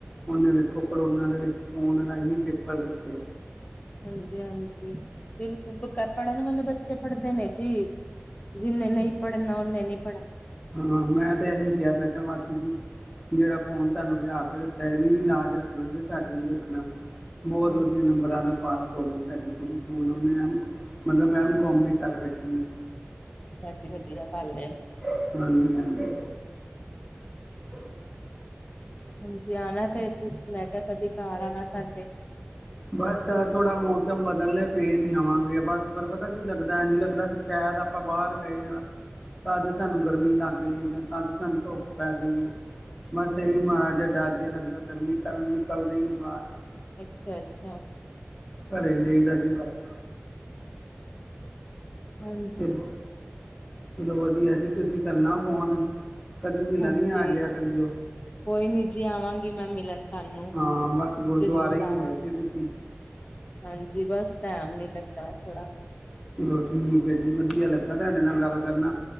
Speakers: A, on the left (about 15°); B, on the left (about 35°).
A: ਉਹਨੇ ਵੇਖੋ ਕਰੋਨਾ ਦੇ ਵਿੱਚ ਫੋਨ ਰਾਹੀਂ ਪੇਪਰ ਦਿੱਤੇ।
B: ਹਾਂਜੀ ਹਾਂਜੀ ਬਿਲਕੁਲ ਪੜ੍ਹਨ ਵਾਲੇ ਬੱਚੇ ਪੜ੍ਹਦੇ ਨੇ ਜੀ ਜਿੰਨੇ ਨਹੀਂ ਪੜ੍ਹਨਾ ਉਹਨੇ ਨਹੀਂ ਪੜ੍ਹਨਾ
A: ਹਾਂ ਮੈਂ ਤੇ ਇਹੀ ਕਿਹਾ ਮੈਂ <unintelligible> ਜਿਹੜਾ ਫੋਨ ਤੁਹਾਨੂੰ ਲਿਆ ਕੇ ਦਿੱਤਾ ਇਹਦੀ ਵੀ ਲਾਜ ਰੱਖਣਾ ਤੇ ਸਾਡੀ ਵੀ ਰੱਖਣਾ ਬਹੁਤ
B: ਹਾਂਜੀ
A: ਵਧੀਆ ਨੰਬਰਾਂ ਤੋਂ ਪਾਸ ਹੋ ਗਈ ਸਾਡੀ ਹੁਣ ਉਹਨੇ ਐਮ ਮਤਲਬ ਐਮ ਕੌਮ ਵੀ ਕਰ ਬੈਠੀ ਹੈ
B: ਹਾਂਜੀ ਵਧੀਆ ਗੱਲ ਏ
A: ਹੈ ਹਾਂਜੀ ਹਾਂਜੀ ਤੇ
B: ਹਾਂਜੀ ਆਣਾ ਫਿਰ ਤੁਸੀ, ਮੈਂ ਕਿਹਾ ਕਦੇ ਘਰ ਆਣਾ ਸਾਡੇ।
A: ਬਸ ਥੋੜਾ ਮੌਸਮ ਬਦਲਲੇ ਫੇਰ ਹੀ ਆਵਾਂਗੇ, ਬਸ ਪਰ ਪਤਾ ਕੀ ਲੱਗਦਾ ਐਂਜ ਲੱਗਦਾ ਕਿ ਸ਼ਾਇਦ ਆਪਾਂ ਬਾਹਰ ਗਏ ਆਂ। ਕਦ ਤੁਹਾਨੂੰ ਗਰਮੀ ਲੱਗ ਗਈ, ਹੈ ਜਾਂ ਕਦ ਤੁਹਾਨੂੰ ਧੁੱਪ ਪੈ ਗਈ ਏ। ਬਸ ਇਹੀ ਮਾੜਾ ਜਿਆ ਡਰ ਜਿਹਾ ਲੱਗਦਾ, ਗਰਮੀ ਕਾਰਨ ਨਿਕਲਦੇ ਹੀ ਨੀ ਬਾਹਰ।
B: ਅੱਛਾ-ਅੱਛਾ।
A: ਘਰੇ ਹੀ ਰਹੀਦਾ ਜੀ, ਬਸ।
B: ਹਾਂਜੀ
A: ਚਲ ਚਲੋ ਵਧੀਆ ਜੀ, ਤੁਸੀ ਕਰਨਾ ਫੋਨ ਕਦੀ ਮਿਲਣ
B: ਹਾਂਜੀ
A: ਈ ਆਜਾ ਕਰੀਓ।
B: ਕੋਈ ਨੀ ਜੀ, ਮੈਂ ਆਵਾਂਗੀ ਮੈਂ ਮਿਲਣ ਤੁਹਾਨੂੰ,
A: ਹਾਂ ਬਸ ਗੁਰਦੁਆਰੇ
B: ਜ਼ਰੂਰ
A: ਹੀ ਮਿਲੇ
B: ਆਵਾਂ
A: ਸੀ ਤੁਸੀਂ
B: ਹਾਂਜੀ, ਬਸ ਟੈਮ ਨੀ ਲੱਗਾ ਥੋੜਾ।
A: ਚਲੋ ਠੀਕ ਏ ਜੀ, ਵਧੀਆ ਲੱਗਾ ਤੁਹਾਡੇ ਨਾਲ ਗੱਲ ਕਰਨਾ,